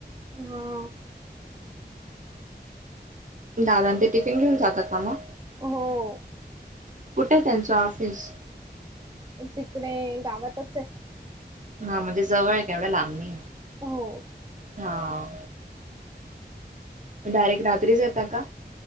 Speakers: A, on the right (about 25°); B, on the right (about 45°).
A: हा.
B: दादा ते, टिफिन घेऊन जातात का मग,
A: हो
B: कुठे त्यांचं ऑफिस?
A: तिकडे गावातच आहे.
B: हा, म्हणजे जवळ आहे का, एवढं लांब नाही,
A: हो
B: हा. मग डायरेक्ट रात्रीच येतात का?